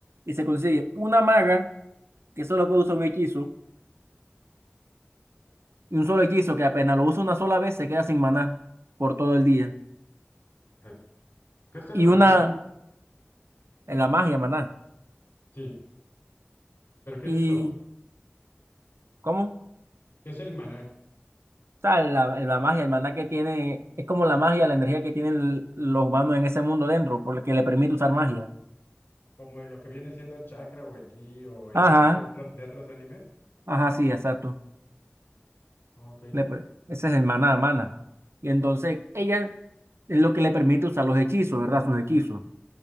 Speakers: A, on the right (about 85°); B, on the left (about 65°).
A: y se consigue una maga que solo puede usar un hechizo Y un solo hechizo que apenas lo usa una sola vez se queda sin maná por todo el día.
B: Ajá. ¿Qué es el
A: Y
B: maná?
A: una
B: Yo-
A: en la magia, maná.
B: Sí, pero ¿qué
A: ¿Y
B: es eso?
A: cómo?
B: ¿Qué es el maná?
A: O sea, la, la magia, el maná que tiene, es como la magia, la energía que tienen l- los humanos en ese mundo dentro, por lo que le permite usar magia.
B: Como lo que viene siendo el chakra o el ki o el
A: Ajá,
B: nen de otros, de otros animes.
A: ajá, sí, exacto.
B: Ok, eh,
A: Le per- ese es el maná, mana Y entonces ella es lo que le permite usar los hechizos, ¿verdad? Sus hechizos.